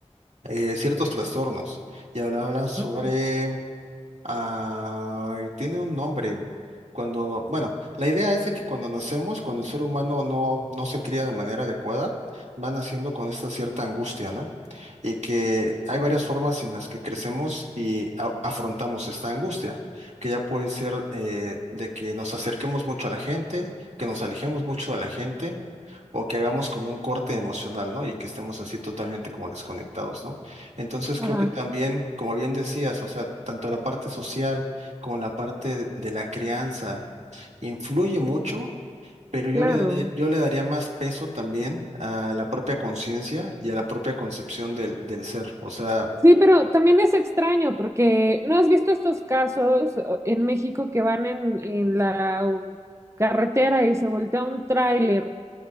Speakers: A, on the right; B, on the right.
A: eh, ciertos trastornos. Y habla habla sobre...
B: Ujú,
A: Ay, tiene un nombre. Cuando, bueno, la idea es de que cuando nacemos, cuando el ser humano no, no se cría de manera adecuada, va naciendo con esta cierta angustia, ¿no? Y que hay varias formas en las que crecemos y a- afrontamos esta angustia, que ya puede ser eh, de que nos acerquemos mucho a la gente, que nos alejemos mucho de la gente, o que hagamos como un corte emocional, ¿no? Y que estemos así totalmente como desconectados, ¿no? Entonces
B: Ajá,
A: creo que también, como bien decías, o sea, tanto la parte social como la parte de la crianza influye mucho, pero yo
B: claro.
A: le daría, yo le daría más peso también a la propia conciencia y a la propia concepción del, del ser, o sea,
B: Sí, pero también es extraño porque ¿no has visto estos casos o- en México que van en, en la u- carretera y se voltea un tráiler